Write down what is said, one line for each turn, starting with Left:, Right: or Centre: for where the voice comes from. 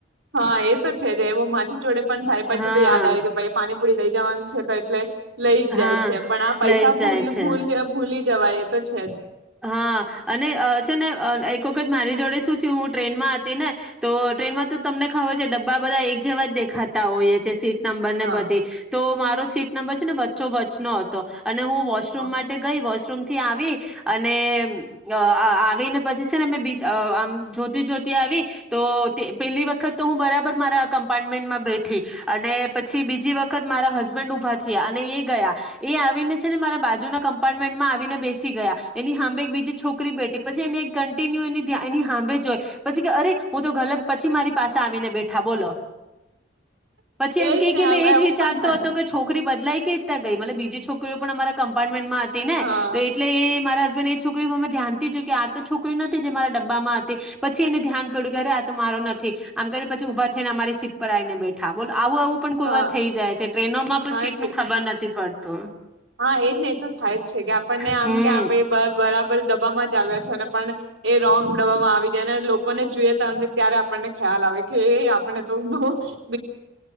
Right: હા, એ તો છે એવો મારી જોડે પણ થાય પછી
Centre: હા
Right: તો યાદ આવે કે ભાઈ પાની પુડી લઈ જવાનું છે. તો એટલે લઈ જ
Centre: હા
Right: જાય છે. પણ આ પૈસા
Centre: લઈ જ જાય
Right: ભૂલ
Centre: છે
Right: ભૂલ ભૂલી જવાય એ તો છે જ.
Centre: હા અને છે ને એક વખત મારી જોડે શું થયું હું ટ્રેનમાં હતી ને તો ટ્રેનમાં તો તમને ખબર છે ડબ્બા બધા એક જેવા જ દેખાતા હોઈએ છે સીટ નંબર
Right: જ
Centre: ને
Right: હા
Centre: બધી તો મા સીટ નંબર છે ને વચ્ચો વચનો હતો. અને હું વોશરૂમ
Right: હા
Centre: માટે ગઈ. વોશરૂમ થી આવી અને અ આવીને પછી છે ને મે બીજા આમ જોતી જોતી આવી, તો તે પેલી વખત તો હું બરાબર મારા કમ્પાર્ટમેન્ટમાં બેઠી અને પછી બીજી વખત મારા હસબન્ડ ઊભા થયા અને એ ગયા. એ આવીને છે ને મારા બાજુના કમ્પાર્ટમેન્ટમાં આવીને બેસી ગયા. એની સાંભે એક બીજી છોકરી બેઠી પછી એને કન્ટિન્યુ એ એની સાંભે જોય પછી કે અરે હું તો ગલત પછી મારી પાસે આવીને બેઠા બોલો. પછી એમ
Right: એજ
Centre: ક
Right: ને
Centre: કે મેં એજ
Right: એવું
Centre: વિચારતો
Right: પણ થાય
Centre: હતો કે છોકરી બધ લઈ કઈ રીતના ગઈ મતલબ કે બીજી છોકરીઓ પણ અમારા કમ્પાર્ટમેન્ટમાં તી નેતો
Right: હા
Centre: એટલે એ મારા હ્સ છોકરીમાં અમે ધ્યાનથી જો કે આ તો છોકરી નથી જે મારા ડબ્બામાં હતી, પછી એને ધ્યાન પડ્યું અરે આ તો મારો નથી. આમ કરીને પછી ઉભા થઈને મારી સીટ પર આવીઈને બેઠા બોલો આવું આવું પણ કોઈ
Right: હા
Centre: વાર થઈ જાય છે ટ્રેનોમાં પણ
Right: હા
Centre: સીટ
Right: કે
Centre: નું ખબર નથી પડતું. તો
Right: હા એજ ને એ તો થાય જ છે કે આપણને આમ
Centre: હમ્મ
Right: કે આ ભાઈ બ બરાબર ડબ્બામાં જ આવ્યા છે અને પણ એ રોંગ ડબવામાં આવી ગયાને લોકો લોકોને જોઈએ તને ત્યારે આપણને ખ્યાલ આવે કે એ આપણે તો હ બહ